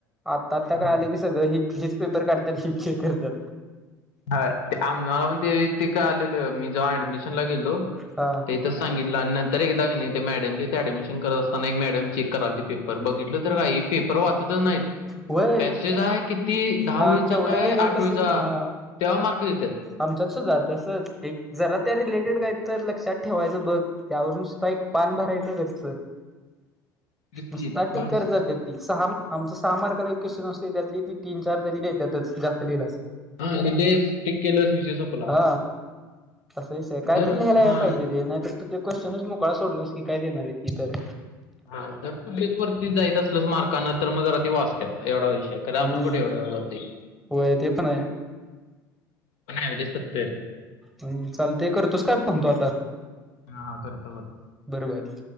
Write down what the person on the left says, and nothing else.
हा
ह ते आम्हाला पण ते ते कळालेलं, मी जवा ऍडमिशनला गेलो
ते इथंच सांगितलं आणि नंतर एकदा का नाही त्या मॅडम तिथं ॲडमिशन करत असताना एक मॅडम चेक करालती पे पर बघितलं तर काय हे पेपर वाचतच नाहीत.
पॅसेज आहे किती दहा
वळीचा
काय
आठ
वळीचा,
त्यावर मार्क देतात.
<inaudible>
बास
हा लिहिलंय, टिक केलं, विषय संपला.
जर
हा
हा जर तू लयच वरती जाईत असल्यास मार्कानं, तर मग जरा ती वाचतात एवढा विषय हाय. खरं आपण
कुठं एवढ्यावर जातुय,
पण ॲवरेज सत्तर.
हा हा करतो करतो.